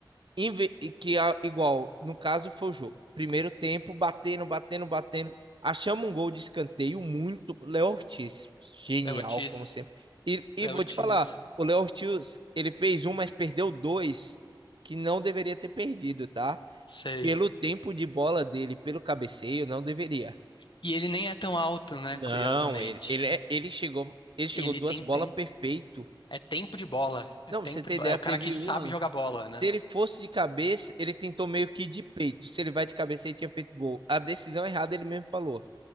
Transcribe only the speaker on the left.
É o Ortiz.
Ortiz,
sei.
E ele nem é tão alto, né?
Curiosamente.
Ele
tem
tempo.
É tempo de bola. É
tempo
de bola.
É o
cara que sabe
jogar bola, né?